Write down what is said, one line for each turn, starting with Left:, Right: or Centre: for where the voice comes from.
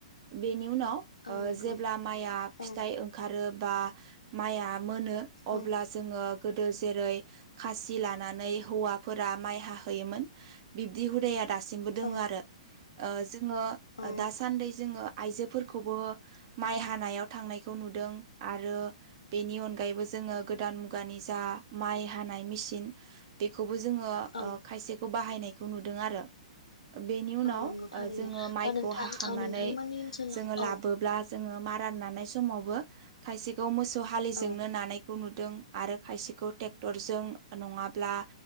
Right: बेनि उनाव
Left: औ
Right: ओ
Left: नंगौ
Right: जेब्ला माइया फिथाइ
Left: औ
Right: ओंखारो। बा माइया मोनो अब्ला
Left: औ
Right: जोङो गोदो जेरै खास लानानै हौवाफोरा माइ हाहोयोमोन बिदि हुदाया दासि सिमबो दोङो
Left: औ
Right: आरो ओ जोङो।
Left: औ
Right: दासान्दै जोङो आइजोफोरखौबो माइ हानायाव थांनायखौ नुदों आरो। बेनि अनगायैबो जोङो गोदान मुगानि जा माइ हानाय मेसिन बेखौ। खौ जोङो
Left: औ
Right: ओ खायसेखौ बाहायनायखौ नुदों आरो। ओ बेनि उनाव
Left: नंगौ
Right: ओ
Left: थारैनो
Right: जोङो माइ।
Left: नोंथां
Right: खौ हाखांनानै
Left: नोंथांमोननि ओनसोलाव
Right: जोङो लाबोब्ला
Left: औ
Right: जोङो मारा नानाय समावबो खायसेखौ मोसौ हालिजोंनो
Left: औ
Right: नानाय। खौ नुदों आरो खायसेखौ टेक्टरजों नङाब्ला